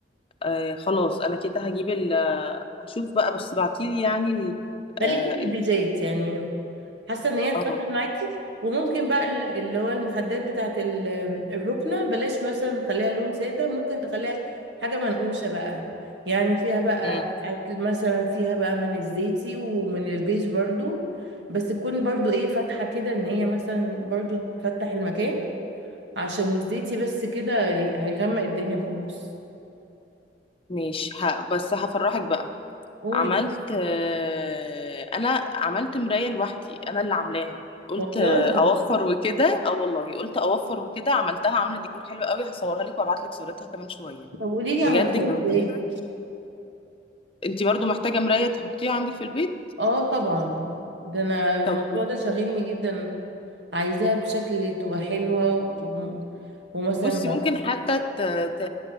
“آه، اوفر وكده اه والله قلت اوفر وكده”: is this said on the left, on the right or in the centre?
Left